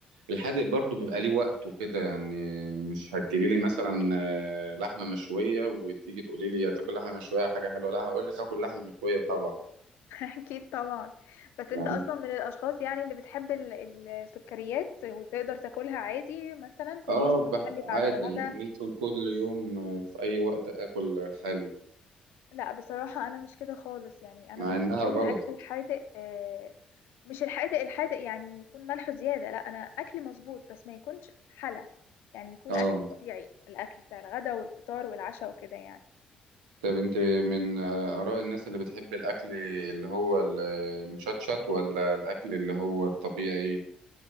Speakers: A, on the right; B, on the left.
A: الحادق برضو بيبقى ليه وقته كده يعني مش هتجيبي لي مثلا آه، لحمة مشوية وتيجي تقولي لي تاكل لحمة مشوية حاجة حلوة لا هقول لك اكل لحمة مشوية طبعا
B: <laughs> اكيد طبعا بس
A: يعني
B: انت اصلا من الاشخاص يعني اللي بتحب ال- السكريات وتقدر تاكلها عادي مثلا كل
A: اه
B: يوم
A: بح-
B: تخلي
A: عادي
B: بعد الغدا
A: ممكن كل يوم آه، في اي وقت اكل حلو
B: لا بصراحة انا مش كده خالص يعني انا
A: مع
B: بالنسبة
A: انها
B: لي
A: غلط
B: الاكل الحادق آه، مش الحادق الحادق يعني يكون ملحه زيادة لا أنا أكلي مظبوط بس ما يكونش حلا يعني يكون
A: اه
B: الأكل طبيعي الأكل بتاع الغداء والفطار والعشاء وكده يعني
A: طب انت من آه، آراء الناس اللي بتحب الأكل اللي هو ال- المشطشط ولا الأكل اللي هو الطبيعي